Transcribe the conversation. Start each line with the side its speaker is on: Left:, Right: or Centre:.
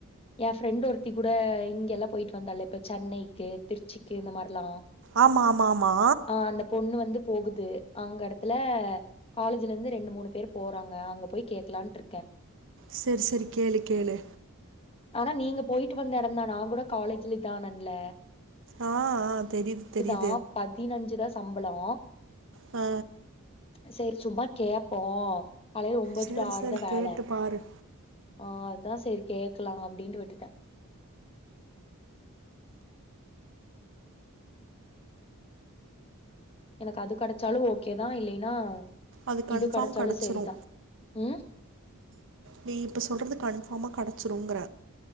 Left: எ ஃப்ரெண்ட் ஒருத்தி கூட இங்கெல்லா போய்ட்டு வந்தால இப்ப சென்னைக்கு திருச்சிக்கு இந்த மார்லா
Right: ஆமாமாமா
Left: ஆ அந்த பொண்ணு வந்து போகுது அங்க எடத்துல காலேஜுலெந்து ரெண்டு மூனு பேர் போறாங்க அங்க போய் கேக்லான்ட்ருக்கே
Right: செர் செரி கேளு கேளு
Left: ஆனா நீங்க போய்ட்டு வந்த எடந்தா நா கூட காலேஜ்ல இதானன்ல
Right: ஆ ஆ தெரிது தெரிது
Left: ஆ பதினஞ்சு தா சம்பளோ
Right: ஆ
Left: செரி சும்மா கேப்போ காலைல ஒம்போது
Right: செரி
Left: டூ ஆறு
Right: செரி
Left: தா வேல
Right: கேட்டு பாரு
Left: ஆ அதா செரி கேக்லா அப்டின்ட்டு விட்டுட்டே எனக்கு அது கடச்சாலு ஓகே தா இல்லைனா
Right: அது கன்ஃபார்ம்
Left: இது கடச்சாலு
Right: கெடச்சிரு
Left: செரிதா ம்
Right: நீ இப்போ சொல்றது கன்ஃபாமா கடச்சிருங்ற